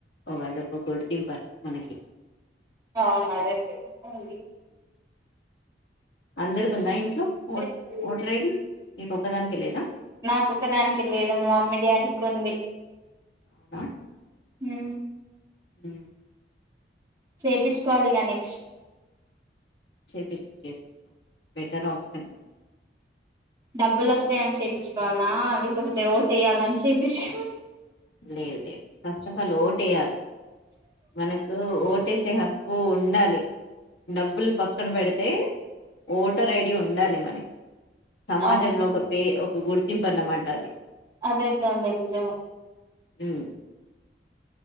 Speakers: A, on the left; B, on the right.
A: ఒక అదక్క గుడితిింపాలి మనకి
B: అవును అదైతే అవుడి
A: అందరికిందా ఇంట్లో
B: ఉంది
A: ఓ ఓట రైడి నీకు ఒకదానికి లేదా
B: నాకొ ఒకదానికి లేదు మామ్మడి అడుకుంది
A: అవునా
B: హ
A: హ
B: చేయించుకోవాలి ఇక నెక్స్ట్
A: చేపించకో చేపించుకో బెటర్ ఆప్షన్
B: డబ్బులు వస్తాయని చె చేయిపుకోవదు నా లేకపోతే ఓటు వయ్యాలని చేపించు
A: లేదు లేదు ఫస్ట్ ఆఫ్ ఆల్ ఓట వేయాలి మనకు ఓటేసే హక్కు ఉండాలి డబ్బులు పక్కన పెడితే ఓటర్ ఐడి ఉండాలి మనకి సమాజం
B: అవును
A: లో ఒకపే గుర్తం పనమాటది
B: అదేతేా ఉండ చ
A: హ